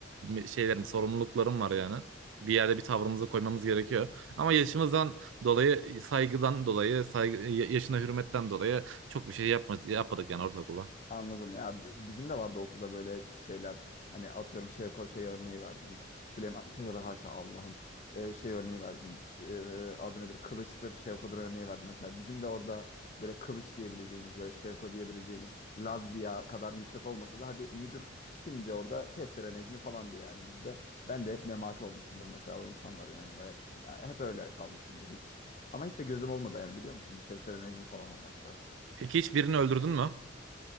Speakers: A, on the right; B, on the left.
A: e, şeylerim, sorumluluklarım var yani. Bir yerde bir tavrımızı koymamız gerekiyor. Ama yaşımızdan dolayı, saygıdan dolayı, saygı, ya- yaşına hürmetten dolayı çok bir şey yapma, yapmadık yani ortaokulda.
B: Anladım. Ya b- bizim de vardı okulda böyle şeyler. Hani atıyorum Şevko şey örneği verdin. Süleyman tövbe haşa Allah'ım. Ee, şey örneği verdin. Ş- e, adı nedir? Kılıç'tır, Şevko'dur örneği verdin. Mesela bizim de orada böyle Kılıç diyebileceğimiz, böyle Şevko diyebileceğimiz Lazia kadar yüksek olmasa da hadi müdür kimdi orada? Testere Necmi falandı yani bizde. Ben de hep memati olmuşumdur mesela o insanların yanında hep. ya Hep öyle kalmışımdır hiç. Ama hiç de gözüm olmadı yani biliyor musun? Testere Necmi falan olmakta.
A: Peki hiç birini öldürdün mü?